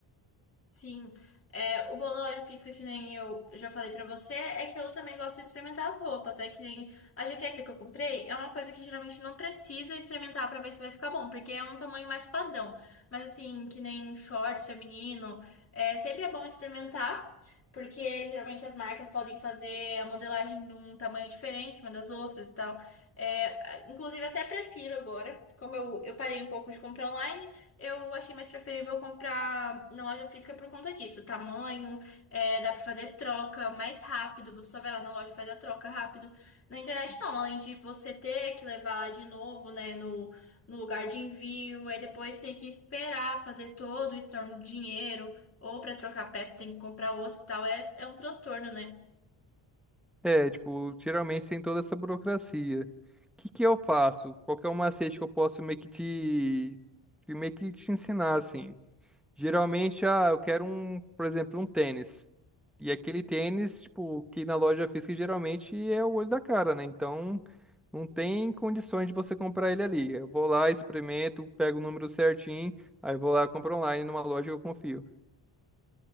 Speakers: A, on the left; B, in the centre.
A: Sim. É, o bom da loja física, que nem eu já falei pra você, é que eu também gosto de experimentar as roupas. É que nem a jaqueta que eu comprei, é uma coisa que geralmente não precisa experimentar pra ver se vai ficar bom, porque é um tamanho mais padrão. Mas assim, que nem shorts feminino, é, sempre é bom experimentar, porque geralmente as marcas podem fazer a modelagem de um tamanho diferente uma das outras e tal. É, inclusive, até prefiro agora, como eu, eu parei um pouco de comprar online eu achei mais preferível comprar na loja física por conta disso. Tamanho, é, dá pra fazer troca mais rápido. Você só vai lá na loja e faz a troca rápido. Na internet não, além de você ter que levar lá de novo, né, no, no lugar de envio, aí depois tem que esperar fazer todo o estorno do dinheiro, ou pra trocar peça tem que comprar outro e tal. É, é um transtorno, né?
B: É, tipo, geralmente tem toda essa burocracia. O que que eu faço? Qual que é o macete que eu posso meio que te, que meio que te ensinar, assim? Geralmente, ah, eu quero um, por exemplo, um tênis. E aquele tênis, tipo, que na loja física geralmente é o olho da cara, né? Então, não tem condições de você comprar ele ali. Eu vou lá, experimento, pego o número certinho, aí vou lá, compro online numa loja que eu confio.